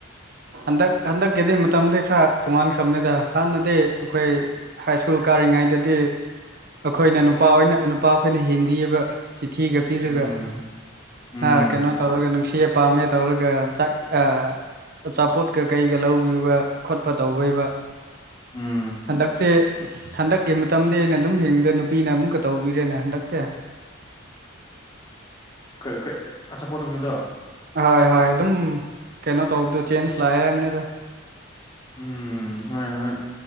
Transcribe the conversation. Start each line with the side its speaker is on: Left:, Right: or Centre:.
Right: ꯍꯟꯗꯛ ꯍꯟꯗꯛꯀꯤꯗꯤ ꯃꯇꯝꯗꯤ ꯈꯔ ꯇꯣꯡꯉꯥꯟꯈ꯭ꯔꯕꯅꯤꯗ ꯍꯥꯟꯅꯗꯤ ꯑꯩꯈꯣꯏ ꯍꯥꯏ ꯁ꯭ꯀꯨꯜ ꯀꯥꯔꯤꯉꯩꯗꯗꯤ ꯑꯩꯈꯣꯏꯅ ꯅꯨꯄꯥ ꯑꯣꯏꯅ ꯅꯨꯄꯥ ꯑꯩꯈꯣꯏꯅ ꯍꯦꯟꯕꯤꯌꯦꯕ ꯫ ꯆꯤꯊꯤꯒ ꯄꯤꯔꯒ
Left: ꯎꯝ ꯎꯝ
Right: ꯍꯥꯛ ꯀꯩꯅꯣ ꯇꯧꯔꯒ ꯅꯨꯡꯁꯤꯌꯦ ꯄꯥꯝꯃꯦ ꯇꯧꯔꯒ ꯆꯥꯛ ꯑꯥ ꯑꯆꯥꯄꯣꯠꯀ ꯀꯩꯒ ꯂꯧꯕꯤꯕꯒ ꯈꯣꯠꯄ ꯇꯧꯕꯩꯕ
Left: ꯎꯝ
Right: ꯍꯟꯗꯛꯇꯤ ꯍꯟꯗꯛꯀꯤ ꯃꯇꯝꯗꯤ ꯑꯩꯅ ꯑꯗꯨꯝ ꯌꯦꯡꯕꯗ ꯅꯨꯄꯤꯅ ꯑꯃꯨꯛꯀ ꯇꯧꯕꯤꯔꯦꯅꯦ ꯍꯟꯗꯛꯇꯤ꯫
Left: ꯈ ꯈ ꯑꯆꯥꯄꯣꯠꯒꯨꯝꯕꯗꯣ
Right: ꯍꯣꯏ ꯍꯣꯏ ꯑꯗꯨꯝ ꯀꯩꯅꯣ ꯇꯧꯕꯗꯣ ꯆꯦꯟꯖ ꯂꯥꯛꯑꯦ ꯍꯥꯏꯝꯅꯤꯗꯥ ꯫
Left: ꯎꯝ ꯍꯣꯏ ꯍꯣꯏ꯫